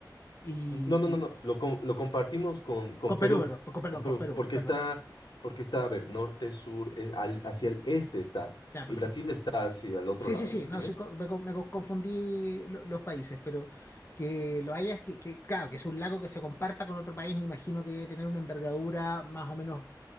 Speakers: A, on the left (about 35°); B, on the left (about 75°).
A: y,
B: No, no, no, no.
A: y
B: Lo, com- lo compartimos con, con
A: con
B: Perú.
A: Perú, pero- con- perdón,
B: Con Perú.
A: con Perú,
B: Porque
A: perdón,
B: está, porque está, a ver, norte, sur, es al- hacia el este está.
A: ya,
B: Y
A: perfecto.
B: Brasil está hacia el otro
A: Sí,
B: lado,
A: sí, sí,
B: ¿entiendes?
A: no, sí, co- me, co- me co- confundí lo- los países, pero que lo hayas, que, que, claro, que es un lago que se comparta con otro país, me imagino que debe tener una envergadura más o menos